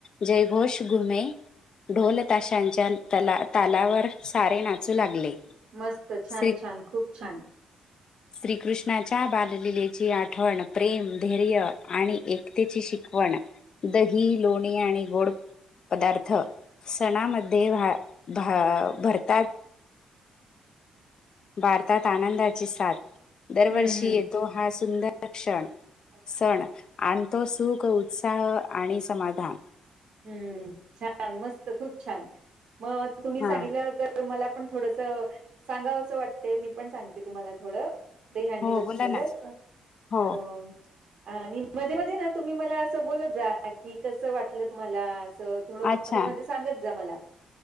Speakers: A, on the left (about 40°); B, on the right (about 50°).
A: जयघोष घुमे. ढोल ताशांच्या तला तालावर सारे नाचू लागले.
B: मस्त छान
A: श्री
B: छान खूप छान.
A: श्रीकृष्णाच्या बाललीलेची आठवण प्रेम, धैर्य आणि एकतेची शिकवण. दही लोणी आणि गोड. पदार्थ सणामध्ये भा भा भरतात. भारतात आनंदाची साथ दरवर्षी
B: हम्म
A: येतो हा सुंदर क्षण.
B: हम्म
A: सण आणतो सुख उत्साह आणि समाधान.
B: हम्म, छान मस्त खूप छान म तुम्ही
A: हा
B: सांगितलं नंतर. तर मला पण थोडस सांगावं असं वाटत मी पण सांगते तुम्हाला थोडं. दहीहंडी
A: हो
B: बद्दलच.
A: बोला ना हो
B: अं आणि मध्ये- मध्ये ना तुम्ही मला असं बोलत जा की, कस वाटलं तुम्हाला? असं. थोडं मध्ये-
A: अच्छा
B: मध्ये सांगत जा मला.